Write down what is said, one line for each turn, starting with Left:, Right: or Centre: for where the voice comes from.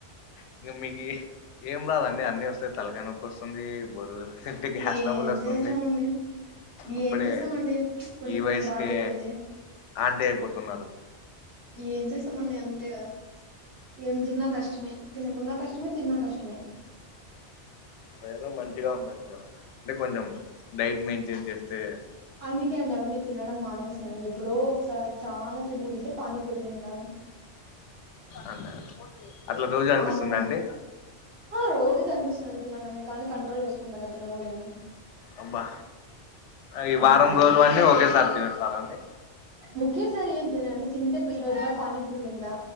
Left: ఇంగ మీకి ఏం రాదండి అన్ని వస్తే తలకాయనొ ప్పి వస్తుంది బుర్రలో తింటే గ్యాస్
Right: ఏం
Left: ట్రబుల్ వస్తుంది
Right: చేసామండి
Left: అప్పుడే
Right: ఏం చేస్తామండి కొన్ని
Left: ఈ
Right: కొన్ని
Left: వయసుకే
Right: బాడీలు అంతే
Left: ఆంటీ అయిపోతున్నారు
Right: ఏం చేస్తామండి అంతే గదా ఏం తిన్నా కష్టమే తినకున్నా కష్టమే తిన్నా కష్టమే
Left: అదేదో మంచిగా ఉండొచ్చు కదా అంటే కొంచెం డైట్ మెయింటైన్ చేస్తే
Right: అందుకే అండి అవన్ని తినడం మానేసా ఎప్పుడో ఒకసారి చానా తినబుదైతే పానీపూరి తింటాను
Left: అంతేనా అట్లా రోజు అనిపిస్తుందా
Right: అవును
Left: అండి
Right: ఆ రోజు అనిపిస్తుంది తినాలని కానీ కంట్రోల్ జేసుకుంటాను అది తినగూడదని
Left: అబ్బా ఈ
Right: అవునండి
Left: వారం రోజులు అన్నీ ఒకేసారి తినేస్తారా అండి
Right: ఒకేసారి ఏం తినను అండి తింటే ఇరవై రూపాయలు పానీపూరి తింటా